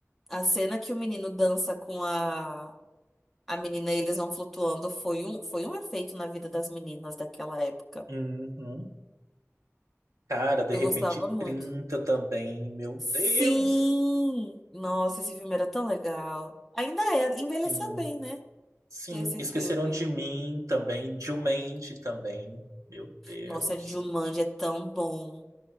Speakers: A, in the centre; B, on the right (about 90°).
A: a cena que o menino dança com a, a menina e eles vão flutuando foi um, foi um efeito na vida das meninas daquela época.
B: Uhum. Cara, de
A: Eu
B: repente
A: gostava muito.
B: 30 também. Meu
A: Sim!
B: Deus.
A: Nossa, esse filme era tão legal. Ainda é, envelheceu
B: Sim.
A: bem, né?
B: Sim.
A: Esse
B: Esqueceram
A: filme.
B: de mim também. Dilmente também. Meu Deus.
A: Nossa, Jumanji é tão bom.